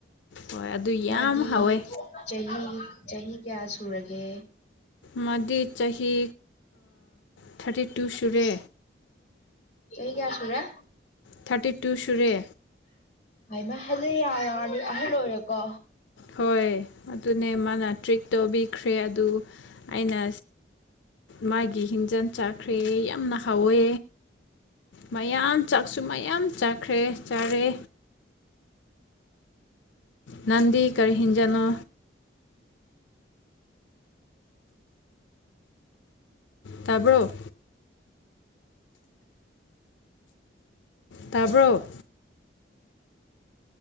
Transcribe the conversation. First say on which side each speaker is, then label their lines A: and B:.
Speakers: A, on the left; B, on the left.
A: ꯍꯣꯏ ꯑꯗꯨ ꯌꯥꯝ
B: ꯃꯥꯗꯤ
A: ꯍꯥꯎꯋꯦ
B: ꯆꯍꯤ ꯆꯍꯤ ꯀꯌꯥ ꯁꯨꯔꯒꯦ
A: ꯃꯗꯤ ꯆꯍꯤ ꯊꯥꯔꯇꯤ ꯇꯨ ꯁꯨꯔꯦ
B: ꯆꯍꯤ ꯀꯌꯥ ꯁ ꯔꯦ
A: ꯊꯥꯔꯇꯤ ꯇꯨ ꯁꯨꯔꯦ
B: ꯍꯥꯏꯃ ꯍꯥꯏꯗꯤꯛ ꯑꯍꯜ ꯑꯣꯏꯣꯏꯔꯦꯀꯣ
A: ꯍꯣꯏ ꯑꯗꯨꯅꯦ ꯃꯥꯅ ꯇ꯭ꯔꯤꯛ ꯇꯧꯕꯤꯈ꯭ꯔꯦ ꯑꯗꯨ ꯑꯩꯅ ꯃꯥꯒꯤ ꯍꯤꯡꯖꯥꯡ ꯆꯥꯈ꯭ꯔꯦ ꯌꯥꯝꯅ ꯍꯥꯎꯋꯦ ꯃꯌꯥꯝ ꯆꯥꯛꯁꯨ ꯃꯌꯥꯝ ꯆꯥꯈ꯭ꯔꯦ ꯆꯥꯔꯦ ꯅꯟꯗꯤ ꯀꯔꯤ ꯍꯤꯡꯖꯅꯣ ꯇꯥꯕ꯭ꯔꯣ ꯇꯥꯕ꯭ꯔꯣ